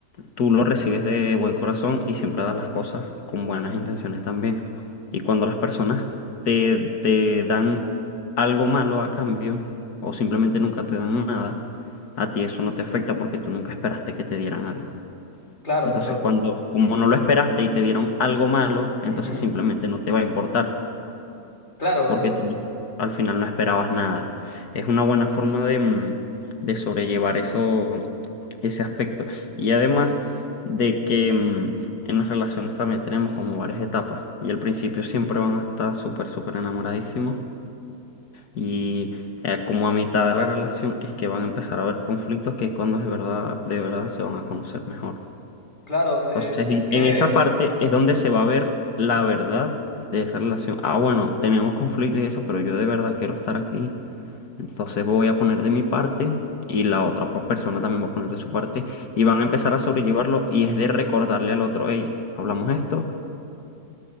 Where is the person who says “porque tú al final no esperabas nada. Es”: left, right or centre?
Left